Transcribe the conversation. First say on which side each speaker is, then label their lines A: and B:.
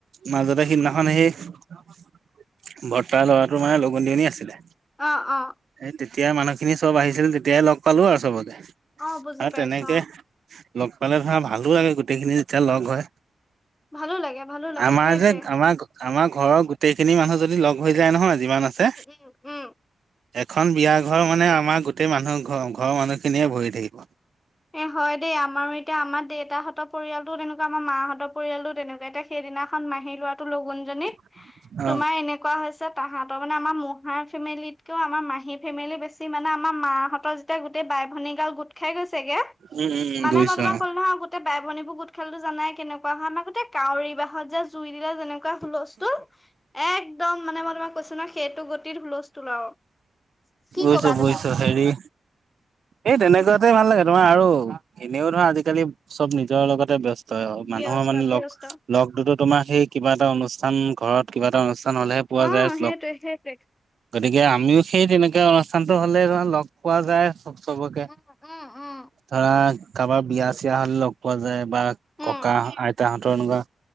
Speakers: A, on the right; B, on the left.
A: মাজতে সিদিনাখন সেই, ভৰ্তাৰ ল'ৰাটোৰ মানে লগন দজনী আছিলে।
B: অ', অ'।
A: এই তেতিয়া মানুহখিনি চব আহিছিল, তেতিয়াই লগ পালোঁ আৰু চবকে,
B: অ বুজি
A: আৰু
B: পাইছো
A: তেনেকে
B: অ
A: লগ পালে ধৰা ভালো লাগে, গোটেইখিনি যেতিয়া লগ হয়।
B: ভালো লাগে ভালো লাগে
A: আমাৰ
B: সেইটোৱে
A: যে আমাক, আমাক। ঘৰৰ গোটেইখিনি মানুহ যদি লগ হৈ যায় নহয়, যিমান আছে,
B: উম উম উম
A: এ এখন বিয়া ঘৰ মানে আমাৰ গোটেই মানুহ ঘৰ, ঘৰৰ মানুহখিনিয়ে ভৰি থাকিব।
B: এ, হয়, দেই আমাৰো এতিয়া আমাৰ দেউতাহঁতৰ পৰিয়ালটোও তেনেকুৱা আমাৰ মাহঁতৰ পৰিয়ালটো তেনেকুৱা এতিয়া সেইদিনাখন মাহি লৰাটো লগুনজনী।
A: <inaudible>
B: তোমাৰ এনেকুৱা হৈছে, তাহাঁতৰ মানে আমাৰ মহাৰ ফেমিলিতকেও আমাৰ মাহী ফেমিলি বেছি মানে আমাৰ মাহঁতৰ যেতিয়া গোটেই বাই, ভনী গাল গোট খাই গৈছে। কে,
A: উম উম উম
B: মানে
A: বুজিছো
B: মই তোমাক
A: অ
B: ক'লো নহয়, গোটেই বাই-ভনীবোৰ গোট খালে জানাই কেনেকুৱা হয়, আ। গোটেই কাউৰী বাহত যে জুই দিলে যেনেকুৱা হুলস্থুল, একদম মানে মই তোমাক কৈছো নহয় সেইটো গতিত হুলস্থুল আৰু। কি
A: বুজিছো,
B: কবা
A: বুজিছো
B: তুমি
A: হেৰি। এই তেনেকুৱাতে ভাল লাগে। তোমাৰ আৰু এনেও ধৰা আজিকালি চব নিজৰ লগতে ব্য স্ত মানুহৰ
B: ব্যস্ত
A: মানে
B: ব্যস্ত
A: লগ, লগ দুতো তোমাৰ সেই কিবা এটা অনুষ্ঠান ঘৰত কিবা এটা অনু ষ্ঠান হলেহে পোৱা
B: অ
A: যায়
B: সেইটোৱে
A: লগ।
B: সেইটোৱে
A: গতিকে আমিও সেই তেনেকুৱা অনুষ্ঠানটো হ'লে ধৰা লগ পোৱা যায় চ চবকে,
B: উম উম উম
A: ধৰা কাবাৰ বিয়া-চিয়া হ'লে লগ পোৱা যায়। বা
B: উম।
A: ককা আ তাহতৰ এনেকুৱা,